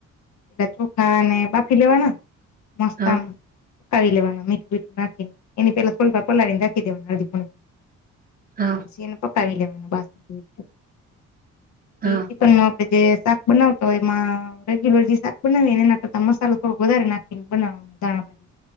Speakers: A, on the left; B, on the right.
A: પેલા ચોખા અને બાફી લેવાના મસ્ત
B: હા
A: આમ. પકાવીવા મઠુ બિઠું નાખીને એની પેલા થોલ પલાળી નાખીવાના અધી <inaudible>
B: હા.
A: પછી એને પકાવી લેવા પછી
B: હા
A: ચાક આપડે જે બનાવ તો એમાં રેગ્યુલર શાક બનાવી એ ના કરતા મસાલો થોડો વધારે નાખીને બના દાણા ભાજી